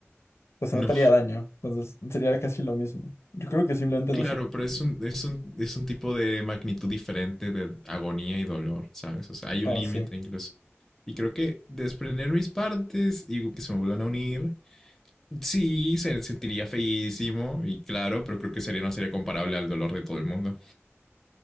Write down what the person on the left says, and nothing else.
pues
no te haría daño. Entonces sería casi lo mismo. Yo creo que simplemente
no soportaría.
Ah,
sí.